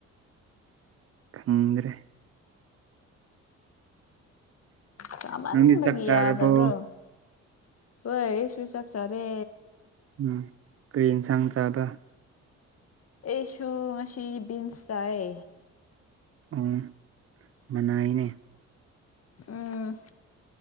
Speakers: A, on the right; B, on the left.
A: ꯈꯪꯗ꯭ꯔꯦ
B: ꯆꯥꯃꯟꯕꯒꯤ
A: ꯅꯪꯗꯤ ꯆꯥꯛ ꯆꯥꯔꯕꯣ
B: ꯌꯥꯗꯕ꯭ꯔꯣ ꯍꯣꯏ ꯑꯩꯁꯨ ꯆꯥꯛꯆꯥ ꯔꯦ
A: ꯎꯝ ꯀꯔꯤ ꯌꯦꯟꯁꯥꯡ ꯆꯥꯕ
B: ꯑꯦꯁꯨ ꯉꯁꯤ ꯕꯤꯟꯁ ꯆꯥꯏ
A: ꯑꯣ ꯃꯅꯥꯏꯅꯦ
B: ꯎꯝ